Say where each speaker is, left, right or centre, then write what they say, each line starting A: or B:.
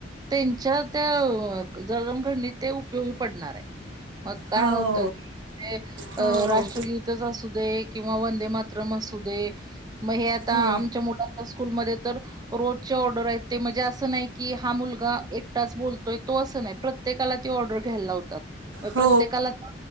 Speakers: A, on the right; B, on the right.
A: त्यांच्या त्या जडणघडणीत ते उपयोगी पडणारे. मग काय
B: हो
A: होत की.
B: हो
A: अ
B: हो
A: राष्ट्रगीतच असू दे किंवा वंदे मातरम असू दे. मग हे आता
B: हो
A: आमच्या मुलांचा स्कूलमध्ये तर, रोजच्या ऑर्डर आहेत ते म्हणजे असं नाही की हा मुलगा एकटच बोलतोय तो असं नाही. प्रत्येकाला ती ऑर्डर घ्यायला लावतात. मग प्रत्येकाला
B: हो
A: का